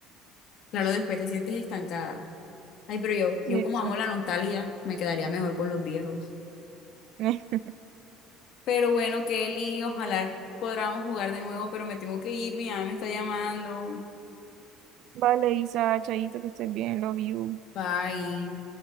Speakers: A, on the left; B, on the right.
A: Claro, después te sientes estancada. Ay, pero yo,
B: Sí,
A: yo
B: exacto.
A: como amo la nostalgia, me quedaría mejor con los viejos.
B: <laughs>
A: Pero bueno, Kelly, ojalá podamos jugar de nuevo, pero me tengo que ir, mi mamá me está llamando.
B: Vale, Isa, Chayito, que estés bien, love you.
A: Bye.